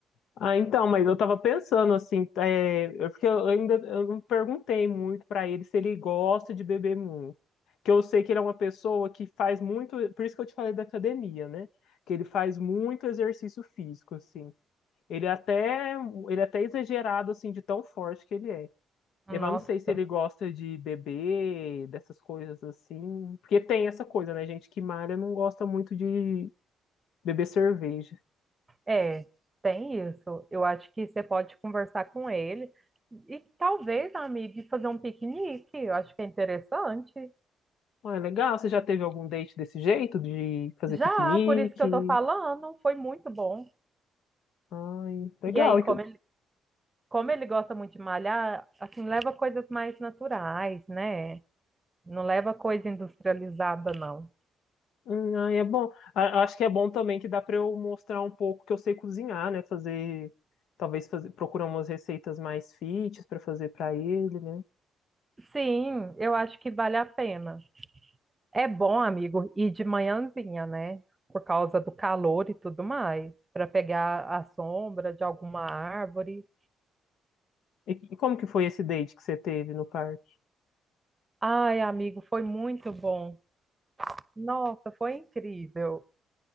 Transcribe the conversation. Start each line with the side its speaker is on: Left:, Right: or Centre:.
Left: Ah, então, mas eu tava pensando assim, é, eu- porque eu ainda eu não perguntei muito pra ele se ele gosta de beber muito. Que eu sei que ele é uma pessoa que faz muito, por isso que eu te falei da academia, né? Que ele faz muito exercício físico, assim. Ele é até, ele é até exagerado, assim, de tão forte que ele é.
Right: Nossa,
Left: Eu não sei se ele gosta de beber, dessas coisas assim. Porque tem essa coisa, né? Gente que malha não gosta muito de beber cerveja.
Right: é, tem isso. Eu acho que você pode conversar com ele e talvez, amiga, e fazer um piquenique. Eu acho que é interessante.
Left: Ah, é legal. Você já teve algum date desse jeito? De fazer
Right: Já,
Left: piquenique?
Right: por isso que eu tô falando, foi muito bom.
Left: Ai, legal.
Right: E aí,
Left: E
Right: como
Left: que-
Right: como ele gosta muito de malhar, assim, leva coisas mais naturais, né? Não leva coisa industrializada, não.
Left: hum, Ai, é bom. A- Acho que é bom também que dá pra eu mostrar um pouco que eu sei cozinhar, né? Fazer. Talvez fazer, procurar umas receitas mais fit pra fazer pra ele, né?
Right: Sim, eu acho que vale a pena. É bom, amigo, ir de manhãzinha, né? Por causa do calor e tudo mais, para pegar a sombra de alguma árvore.
Left: E e como que foi esse date que você teve no parque?
Right: Ai, amigo, foi muito bom. Nossa, foi incrível.